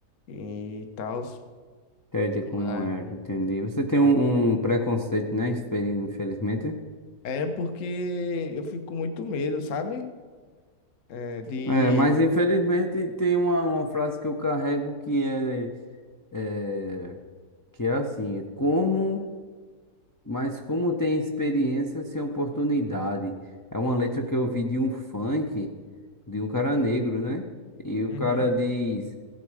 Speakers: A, on the left; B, on the left.
A: E tal.
B: entendi como
A: Mas,
B: é, entendi. Você tem
A: ah,
B: um, um preconceito, né, infeli- infelizmente.
A: é porque eu fico com muito medo, sabe? É, de.
B: É, mas infelizmente tem uma, uma frase que eu carrego que é... É, Que é assim, como, mas como tem experiência sem oportunidade. É uma letra que eu ouvi de um funk, de um cara negro, né? E o
A: Uhum,
B: cara diz